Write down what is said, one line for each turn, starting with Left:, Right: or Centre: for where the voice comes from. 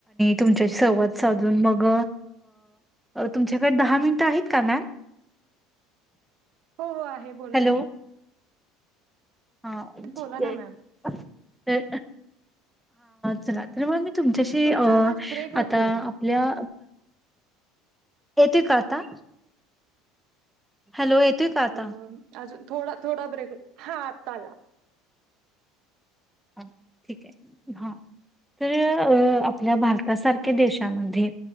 Centre: तुमच्याशी संवाद साधून, मग तुमच्याकडे दहा मिनट आहे. का मॅम?
Right: हो, हो, आहे बोला
Centre: हॅलो
Right: ना.
Centre: हा,
Right: बोला
Centre: ठीक
Right: ना
Centre: है,
Right: मॅम
Centre: चलाात म तुमच्याशी
Right: तुमचा
Centre: अं,
Right: आवाज ब्रेक होतोय
Centre: आता आपल्या येेतय का आता? हॅलो येतोय का आता
Right: अ, अजून थोडा, थोडा ब्रेक. हां आता आला.
Centre: ह, ठीक आहे हा‌. तर आपल्या भारतासारख्या देशामध्ये,